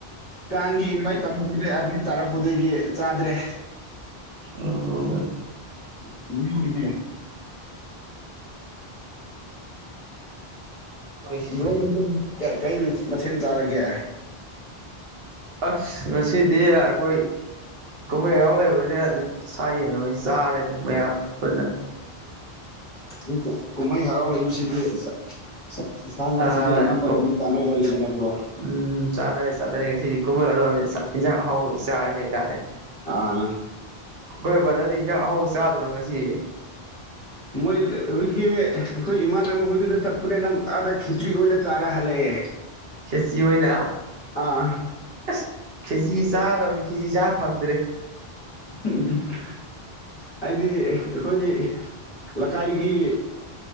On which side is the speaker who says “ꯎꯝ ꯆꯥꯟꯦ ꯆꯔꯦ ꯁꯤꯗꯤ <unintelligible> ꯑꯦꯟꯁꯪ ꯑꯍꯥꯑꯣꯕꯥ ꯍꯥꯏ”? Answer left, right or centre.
Right